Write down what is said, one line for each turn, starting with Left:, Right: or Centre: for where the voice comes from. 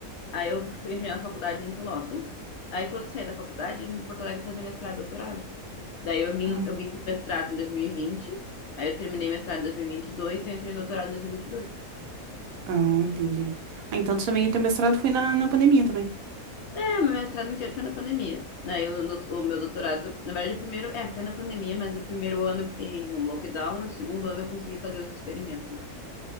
Left: Aí, eu entrei na faculdade em Pelotas. Aí, quando eu saí da faculdade, eu vim para Porto Alegre fazer mestrado e doutorado. Daí, eu vim,
Right: Ah,
Left: eu vim para o mestrado em 2020. Aí, eu terminei mestrado em 2022 e vinte e dois e eu entrei em doutorado em 2022.
Right: ah, entendi. Ah, então tu também, o teu mestrado foi na, na pandemia também.
Left: É, meu mestrado inteiro foi na pandemia. Aí, o, dout- o meu doutorado, na verdade, o primeiro, é, foi na pandemia, mas o primeiro ano eu fiquei no lockdown, o segundo ano eu consegui fazer os experimentos.